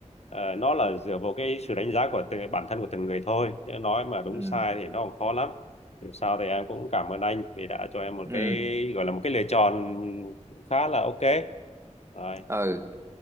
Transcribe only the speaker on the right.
ừ
ừ
ừ
ừ.